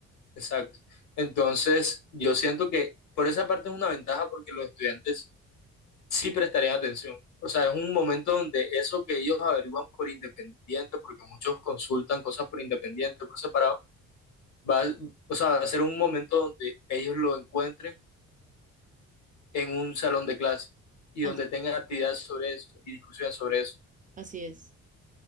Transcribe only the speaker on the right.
As-
Así, es.